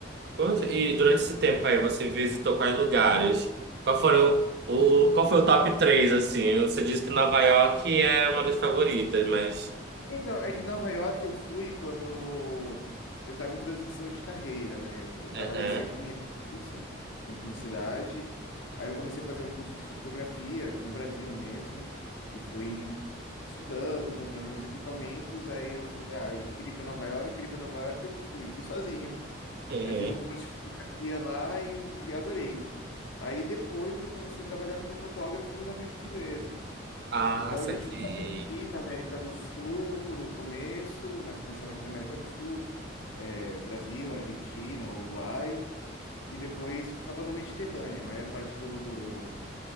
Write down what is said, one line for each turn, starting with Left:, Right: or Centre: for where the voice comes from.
Right: Poxa, E durante esse tempo aí, você visitou quais lugares? Qual foram o, o- qual foi o top 3 assim? Você disse que Nova York é uma das favoritas, mas...
Left: Então, é que Nova York eu fui quando eu estava em transição de carreira, né? Eu, eu trabalhei
Right: Aham,
Left: sempre em agência de publicidade. Aí eu comecei a fazer um curso de fotografia aqui no Brasil mesmo e fui estudando, comprando meus equipamentos. Aí eu falei, ah, eu queria ir para Nova York, eu queria ir para Nova York, eu fui, fui sozinho.
Right: uhum.
Left: Aí fiz um curso de fotografia lá e, e adorei. Aí depois eu comecei a trabalhar como fotógrafo no navio de cruzeiro.
Right: Ah,
Left: Então
Right: saquei.
Left: a gente ficava aqui na América do Sul no começo, né? Começava aqui na América do Sul, é, Brasil, Argentina, Uruguai, e depois ficava no Mediterrâneo. A maior parte do, do,